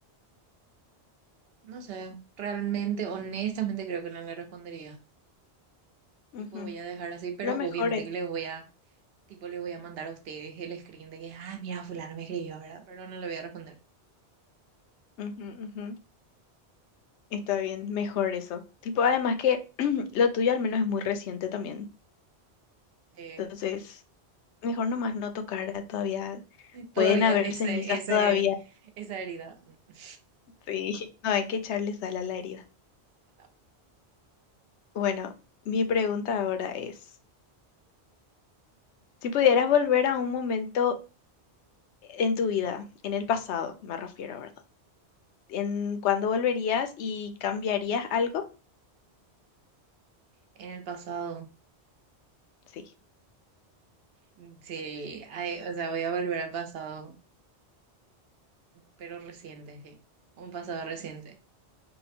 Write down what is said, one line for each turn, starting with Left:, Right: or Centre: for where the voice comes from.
Right: no sé, realmente, honestamente creo que no le respondería.
Left: ujú.
Right: Tipo, voy a dejar así, pero
Left: Lo mejor
Right: obviamente
Left: es.
Right: que le voy a Tipo, le voy a mandar a ustedes el screen de que, ah, mira, fulano me escribió, ¿verdad? Pero no le voy a responder.
Left: ujú, ujú. Está bien, mejor eso. Tipo, además que <clears throat> lo tuyo al menos es muy reciente también.
Right: Eh,
Left: Entonces, mejor nomás no tocar todavía. Pueden
Right: todavía
Left: haber
Right: ese,
Left: cenizas
Right: ese,
Left: todavía.
Right: esa herida. <laughs>
Left: Sí, <laughs> no hay que echarle sal a la herida.
Right: No.
Left: Bueno, mi pregunta ahora es, si pudieras volver a un momento en tu vida, en el pasado, me refiero, ¿verdad? ¿En cuándo volverías y cambiarías algo?
Right: En el pasado,
Left: Sí.
Right: mm, sí, ay, o sea, voy a volver al pasado, pero reciente, sí. Un pasado reciente.